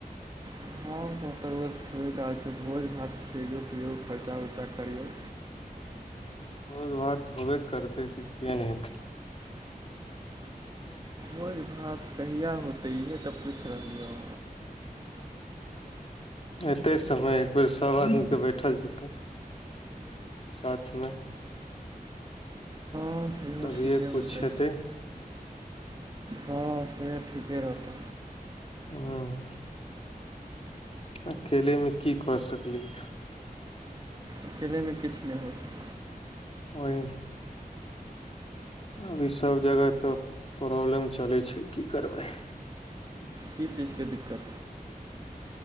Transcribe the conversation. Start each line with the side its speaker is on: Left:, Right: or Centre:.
Right: <unintelligible> भोज भात कियो खर्चा वर्चा करियौ
Left: भोज भात होबे करतै की किएक न हेतै
Right: भोज भात कहिआ होतै इहे तऽ पूछि रहलिए
Left: एते समय एक बेर सब आदमी क बैठल जेतै <unintelligible> साथ मे
Right: <inaudible>
Left: तभीए
Right: ठीके
Left: कुछ
Right: होतै
Left: हेतै
Right: हँ से हो ठीके रहते
Left: <inaudible> अकेले मे की क सकली ही
Right: अकेले मे किछ न होत
Left: ओहि अभी सभ जगह तऽ प्रॉब्लम चलै छै की करबै
Right: की चीज क दिक्कत